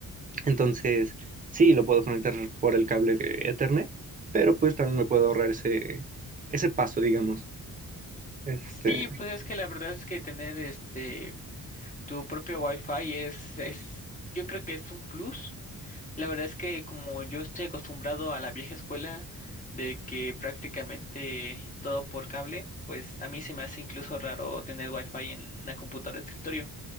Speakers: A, on the right; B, on the left.
A: Entonces, sí, lo puedo conectar por el cable de Ethernet, pero pues también me puedo ahorrar ese, ese paso, digamos. Este,
B: Sí, pues es que la verdad es que tener este tu propio Wi-Fi es es yo creo que es un plus La verdad es que como yo estoy acostumbrado a la vieja escuela de que prácticamente todo por cable, pues a mí se me hace incluso raro tener wifi en la computadora de escritorio